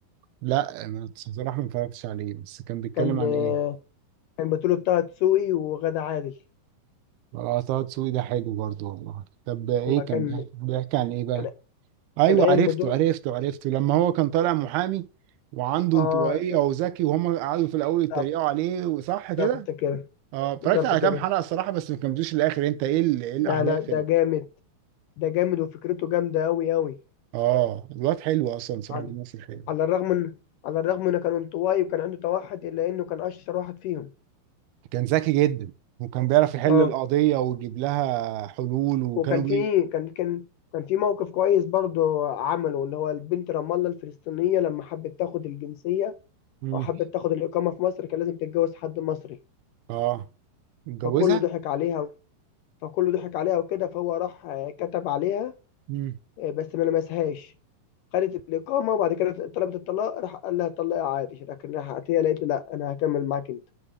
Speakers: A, on the right; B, on the left.
A: لا أنا بصراحة ما اتفرجتش عليه بس كان بيتكلم
B: كان
A: عن
B: آه،
A: إيه؟
B: كان بطولة طه دسوقي وغادة عادل
A: اه طه دسوقي ده حلو برضو والله طب إيه
B: هو
A: كان
B: كان
A: بيحكي بيحكي عن إيه بقى؟
B: كان
A: أيوه
B: كان قايم
A: عرفته
B: بدور
A: عرفته عرفته لما هو كان طالع محامي وعنده
B: اه
A: انطوائية وذكي وهم قعدوا في الأول يتريقوا
B: بالظبط
A: عليه وصح كده؟
B: بالظبط كده
A: اه اتفرجت
B: بالظبط
A: على
B: كده
A: كام حلقه الصراحه بس ما كملتوش للاخر انت ايه ال- ايه الاحداث
B: لا لا ده
A: اللي
B: جامد ده جامد وفكرته جامدة أوي أوي
A: اه الواد حلو اصلا صراحه
B: على
A: بيمثل حلو
B: على الرغم إن على الرغم إنه كان انطوائي وكان عنده توحد إلا إنه كان أشطر واحد فيهم
A: كان ذكي جدا وكان بيعرف يحل
B: أه
A: القضية ويجيب لها حلول وكانوا
B: وكان
A: بي...
B: في كان كان كان في موقف كويس برضه عمله إن هو البنت رام الله الفلسطينية لما حبت تاخد الجنسية
A: مم.
B: أو حبت تاخد الإقامة في مصر كان لازم تتجوز حد مصري
A: اه اتجوزها
B: فكله ضحك عليها فكله ضحك عليها وكده فهو راح آه، كتب عليها
A: مم.
B: إيه، بس ما لمسهاش خدت الإقامة وبعد كده طلبت الطلاق راح قال لها طلقي عادي لكن راح عطية لقيته لا أنا هكمل معاك أنت